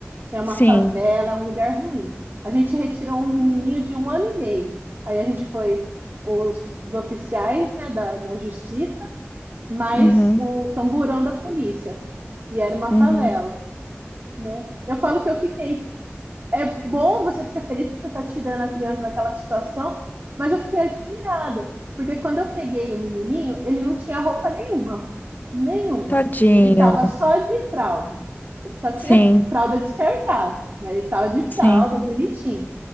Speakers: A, on the right; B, on the left.
A: é uma
B: sim.
A: favela, é um lugar ruim. A gente retirou um menininho de um ano e meio. Aí a gente foi os, os oficiais, né, da, da justiça, mais
B: Uhum.
A: o camburão da polícia. E era uma
B: Uhum.
A: favela, né? Eu falo que eu fiquei é bom, você fica feliz porque você está tirando a criança daquela situação, mas eu fiquei admirada, porque quando eu peguei o menininho, ele não tinha roupa nenhuma, nenhuma.
B: Tadinho.
A: Ele estava só de fralda. Ele só tinha
B: Sim,
A: fralda descartável, mas ele estava de
B: sim.
A: fralda, bonitinho.